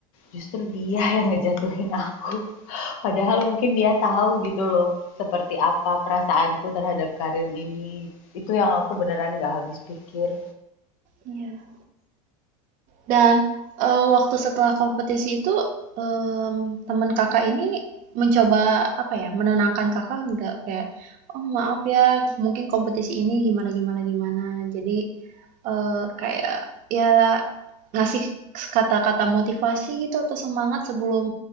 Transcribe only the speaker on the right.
Iya. Dan eh, waktu setelah kompetisi itu em, teman kakak ini mencoba apa ya menenangkan kakak nggak kayak oh maaf ya mungkin kompetisi ini gimana gimana gimana jadi eh, kayak ya ngasih kata-kata motivasi gitu atau semangat sebelum